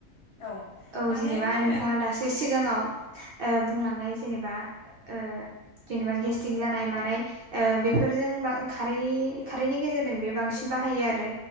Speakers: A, on the left; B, on the right.
A: औ
B: औ
A: माने
B: जेनेबा
A: मा
B: नोंथांङा
A: होनो
B: दासिम जे सिगांङाव ओ बुंलांनाय जेनेबा ओ जेनेबा गेस्टिक जानाय मानाय ओ बेफोरजों बां खारै खारैनि गेजेरजों बे बांसिन बाहायो आरो